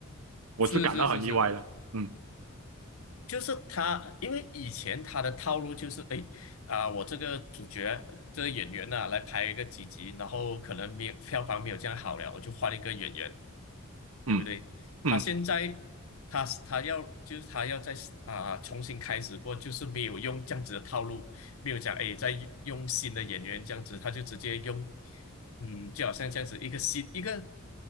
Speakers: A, on the right (about 80°); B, on the left (about 70°).
A: 我是感到很意外的，
B: 是是是是，
A: 嗯
B: 就是他，因为以前他的套路就是，哎，啊、我这个主角这个演员呐、来拍一个几集，然后可能没有票房没有这样好了，我就换一个演员，
A: 嗯
B: 对不对？
A: 嗯。
B: 他现在他他要就是他要在啊、重新开始过，就是没有用这样子的套路，没有讲哎再用新的演员这样子，他就直接用，嗯，就好像这样子一个新一个